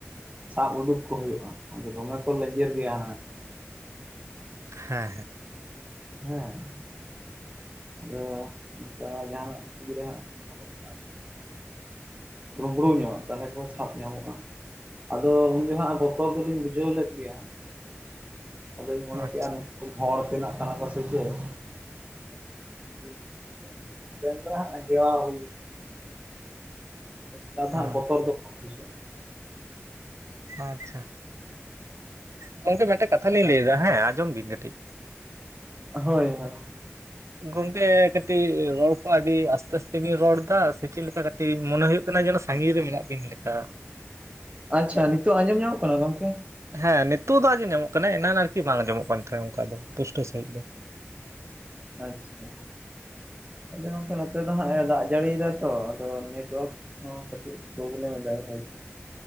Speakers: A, on the right; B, on the right.
A: ᱥᱟᱵ ᱩᱰᱩᱠ ᱠᱚ ᱦᱩᱭᱩᱜᱼᱟ ᱟᱫᱚ ᱫᱚᱢᱮ ᱠᱚ ᱞᱮᱡᱮᱨ ᱜᱮᱭᱟ
B: ᱦᱮᱸ ᱦᱮᱸ
A: ᱦᱮᱸ ᱟᱫᱚ ᱱᱚᱝᱠᱟ ᱡᱟᱦᱱᱟᱜ ᱛᱤᱨᱮ ᱦᱟᱸᱜ ᱦᱚᱨᱚᱜ ᱠᱟᱜ ᱦᱩᱭᱩᱜᱼᱟ <unintelligible> ᱧᱚᱜ ᱛᱟᱦᱚᱞᱮ ᱠᱚ ᱥᱟᱵ ᱧᱟᱢᱚᱜᱼᱟ ᱟᱫᱚ ᱩᱱ ᱡᱚᱦᱟᱜ ᱵᱚᱛᱚᱨ ᱫᱚᱞᱤᱧ ᱵᱩᱡᱷᱟᱹᱣ ᱞᱮᱫ ᱜᱮᱭᱟ ᱟᱫᱚᱧ ᱢᱚᱱᱮ
B: ᱟᱪᱪᱷᱟ
A: ᱠᱮᱼᱟ ᱢᱤᱛᱴᱮᱱ ᱦᱚᱲ ᱛᱮᱱᱟᱜ ᱛᱟᱬᱟᱠᱚ ᱥᱮ ᱪᱮᱫ <unintelligible> ᱢᱮᱱ ᱫᱚ ᱦᱟᱜ ᱡᱮᱶᱭᱟ ᱦᱩᱭ <unintelligible>
B: ᱦᱮᱸ
A: ᱵᱚᱛᱚᱨ ᱫᱚ ᱠᱚᱢ ᱵᱩᱡᱷᱟᱹᱜᱼᱟ
B: ᱟᱪᱪᱷᱟ ᱜᱚᱝᱠᱮ ᱢᱤᱫᱴᱮᱱ ᱠᱟᱛᱷᱟᱞᱤᱧ ᱞᱟᱹᱭᱮᱫᱟ ᱦᱮᱸ ᱟᱸᱡᱚᱢ ᱵᱤᱱ ᱠᱟᱹᱴᱤᱡ
A: ᱦᱳᱭ ᱦᱳᱭ
B: ᱜᱚᱝᱠᱮ ᱠᱟᱹᱴᱤᱡ ᱨᱚᱲ ᱠᱚ ᱟᱹᱰᱤ ᱟᱥᱛᱮ ᱟᱥᱛᱮ ᱵᱤᱧ ᱨᱚᱲ ᱮᱫᱟ ᱥᱮ ᱪᱮᱫ ᱞᱮᱠᱟ ᱢᱚᱱᱮ ᱦᱩᱭᱩᱜ ᱠᱟᱱᱟ ᱡᱮᱱᱚ ᱥᱟᱹᱜᱤᱧ ᱨᱮ ᱢᱮᱱᱟᱜ ᱵᱤᱱ ᱞᱮᱠᱟ
A: ᱟᱪᱪᱷᱟ ᱱᱤᱛᱚᱜ ᱟᱸᱡᱚᱢ ᱧᱟᱢᱚᱜ ᱠᱟᱱᱟ ᱜᱚᱝᱠᱮ
B: ᱦᱮᱸ ᱱᱤᱛᱚᱜ ᱫᱚ ᱟᱡᱚᱢ ᱧᱟᱢᱚᱜ ᱠᱟᱱᱟ ᱮᱱᱟᱱ ᱟᱨᱠᱤ ᱵᱟᱝ ᱟᱸᱡᱚᱢᱚᱜ ᱠᱟᱱ ᱛᱟᱦᱮᱸ ᱚᱱᱠᱟ ᱫᱚ ᱯᱩᱥᱴᱟᱹᱶ ᱥᱟᱹᱦᱤᱡ ᱫᱚ
A: ᱟᱪᱪᱷᱟ ᱟᱫᱚ ᱜᱚᱝᱠᱮ ᱱᱚᱛᱮ ᱫᱚ ᱦᱟᱸᱜ ᱮ ᱫᱟᱜ ᱡᱟᱹᱲᱤᱭ ᱫᱟ ᱛᱚ ᱟᱫᱚ ᱱᱮᱴᱣᱟᱠ ᱦᱚᱸ ᱠᱟᱹᱴᱤᱡ ᱯᱨᱚᱵᱞᱮᱢ ᱮᱫᱟᱭ ᱦᱚᱭ ᱛᱚ